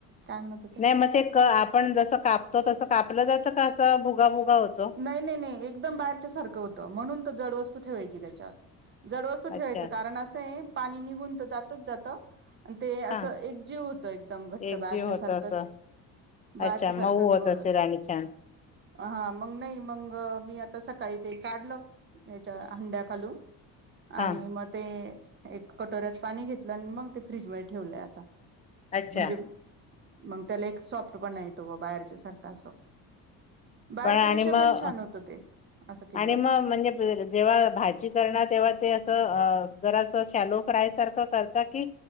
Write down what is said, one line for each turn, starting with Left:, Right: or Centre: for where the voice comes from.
Right: काय म्हणत होत्या
Left: नाही मग ते क आपण जसं कापतो, तसं कापलं जातं का, असं भुगा-भुगा होतो?
Right: नही नही, एकदम बाहेरच्या सारखं होतं, म्हणून तर जडवस्तू ठेवायची त्याच्यावर. जड वस्तु ठेवायचं
Left: अच्छा
Right: कारण असंय, पाणी निघून त जातच जात अं ते असं
Left: हा
Right: एक जीव होतं, एकदम घट्ट
Left: एक
Right: बाहेरच्या
Left: जीव होतो
Right: सारखंच.
Left: असं
Right: बाहेरच्या
Left: अच्छा मऊ
Right: सारखच
Left: होत
Right: गोळा
Left: असेल आणि छान
Right: हां मंग नही, मंग मी आता सकाळी ते काढलं याच्या हंड्या खालून.
Left: हा
Right: आणि म ते एक कटोऱ्यात पाणी घेतलं आणि मग ते फ्रीजमध्ये ठेवलंय आता.
Left: अच्छा
Right: म्हणजे मंग त्याला एक सॉफ्ट पणा येतो बो, बाहेरच्या सारखा असं. बाहेरच्यां
Left: पण आणि
Right: पेक्षां
Left: मग
Right: पणं छान होतं ते असं केल्यावर
Left: आणि मंग म्हणजे प जेव्हां भांजी करणारं तेव्हां ते असं जरां असं शॅलो फ्रांय सारखं करतां की